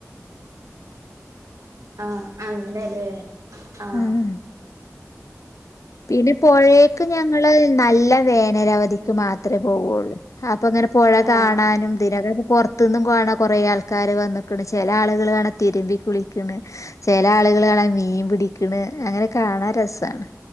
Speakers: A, on the right; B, on the left.
A: ആഹ അങ്ങനെല്ലേ ആഹ
B: ഉം പിന്നെ പുഴേക്ക് ഞങ്ങള് നല്ല വേനരവധിക്ക്
A: നീ
B: മാത്രമേ പോവുള്ളൂ അപ്പൊ അങ്ങനെ പുഴ
A: ആഹ്
B: കാണാനും തിരകറ പു ത്തന്നും കാണ കുറേ ആൾക്കാർ വന്നക്കണ് ചില ആളുകൾ വേണം തിരുമ്പ കുളിക്കണ് ചില ആളുകൾ അ മീൻ പിടിക്കണ് അങ്ങനെ കാണാൻ രസണ്